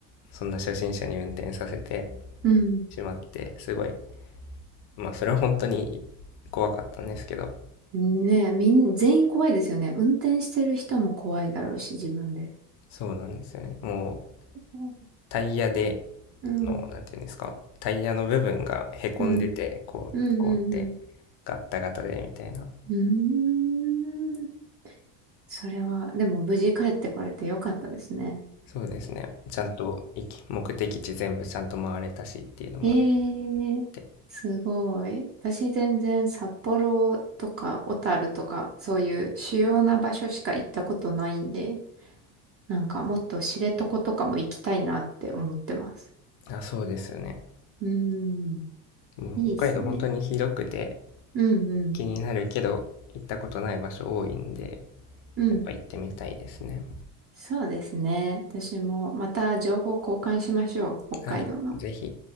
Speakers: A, on the left (about 55°); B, on the right (about 30°).
A: そんな初心者に運転させて
B: うん。
A: しまって、すごい、まあそれは本当に怖かったんですけど、
B: ねえ、みん、全員怖いですよね。運転してる人も怖いだろうし、自分で。
A: そうなんですよね。もう
B: うん。
A: タイヤで
B: うん。
A: の、なんていうんですか、タイヤの部分がへこんでて、
B: うん。
A: こう、
B: うん。
A: こうって
B: うん。
A: ガッタガタでみたいな。
B: うーんそれは、でも無事帰ってこれてよかったですね。
A: そうですね。ちゃんと行き、目的地全部ちゃんと回れたしっていうのもあっ
B: ええすごい。
A: て。
B: 私全然札幌とか小樽とかそういう主要な場所しか行ったことないんで、なんかもっと知床とかも行きたいなって思ってます。
A: あ、そうですよね。
B: うーん、
A: もう北海道本当に広くて
B: いいですね。うんうん、
A: 気になるけど行ったことない場所多いんで、
B: うん。
A: やっぱ行ってみたいですね。
B: そうですね。私もまた情報交換しましょう。北海道の。
A: はい。ぜひ。